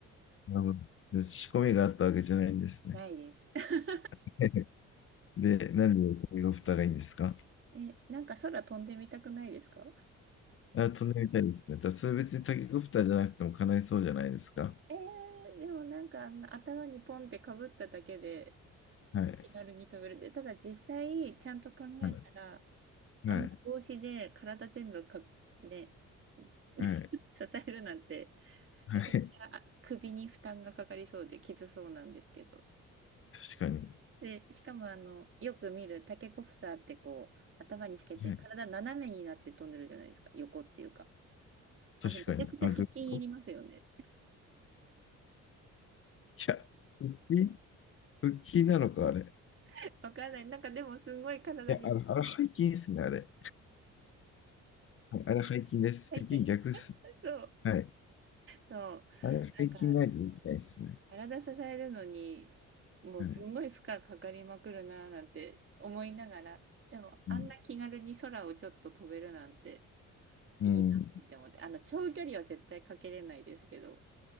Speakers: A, on the left; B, on the right.
A: なるほど仕込みがあったわけじゃないんですね。
B: ないです。<laughs>
A: <laughs> で、なんでタケコプターがいいんですか
B: え、なんか空飛んでみたくないですか
A: あ、飛んでみたいですね。ただそれ別にタケコプターじゃなくても叶いそうじゃないですか。
B: えー、でもなんかあの頭にポンってかぶっただけで
A: はい。
B: 気軽に飛べる。で、ただ実際ちゃんと考えたら、
A: はい。
B: あんな帽子で体全部か、
A: はい。
B: ね、<laughs>
A: はい。
B: 支えるなんて
A: はい
B: めちゃくちゃあ首に負担がかかりそうできつそうなんですけど。
A: 確かに。
B: で、しかもあの、よく見るタケコプターってこう、頭につけて体斜めになって飛んでるじゃないですか。
A: はい。
B: 横っていうか。あれめちゃくちゃ腹筋いりますよね。
A: 確かに。あ、どういうこといや、腹筋腹筋なのか、あれ。
B: <laughs> わからない。なんかでもすごい体に、
A: いや、あれ、あれ背筋ですね、あれ。はいあれ背筋です。
B: 最近
A: 腹筋逆っす。
B: そう。
A: はい。
B: そう。
A: あれ背筋ないとできないですね。
B: なんか体支えるのに、もうすんごい負荷かかりまくるなーなんて思いながら、
A: はい。
B: でもあんな気軽に空をちょっと飛べるなんて
A: うん。うん
B: いいなって思って、あの長距離は絶対かけれないですけど、